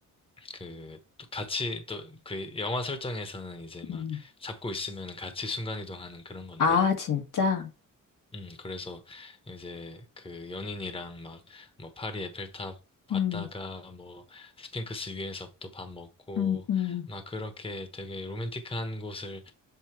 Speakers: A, on the left; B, on the left.
A: 그, 또 같이, 또, 그 영화 설정에서는 이제 막
B: 음.
A: 잡고 있으면 같이 순간이동하는 그런 건데,
B: 아, 진짜?
A: 음, 그래서 이제 그 연인이랑 막, 뭐, 파리 에펠탑 봤다가
B: 음,
A: 뭐, 스핑크스 위에서 또 밥 먹고,
B: 음, 음,
A: 막 그렇게 되게 로맨틱한 곳을